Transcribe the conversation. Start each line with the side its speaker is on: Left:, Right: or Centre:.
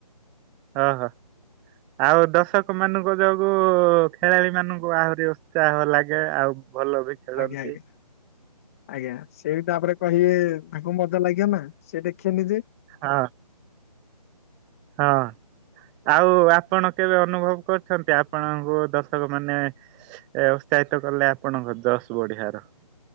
Centre: ହଁ ହଁ। ଆଉ ଦର୍ଶକ ମାନଙ୍କ ଯୋଗୁ ଖେଳାଳି ମାନଙ୍କୁ ଆହୁରି ଉତ୍ସାହ ଲାଗେ ଆଉ ଭଲ ବି ଖେଳନ୍ତି
Left: ଆଜ୍ଞା ଆଜ୍ଞା। ଆଜ୍ଞା ସେଟା ତାପରେ କହିବେ ତାଙ୍କୁ ମଜା ଲାଗିବ ନା ସିଏ ଦେଖନି ଯେ।
Centre: ହଁ ହଁ। ଆଉ ଆପଣ କେବେ ଅନୁଭବ କରିଛନ୍ତି ଆପଣଙ୍କୁ ଦର୍ଶକ ମାନେ ଏ ଉତ୍ସାହିତ କଲେ ଆପଣଙ୍କ ଜଶ ବଢିଆର।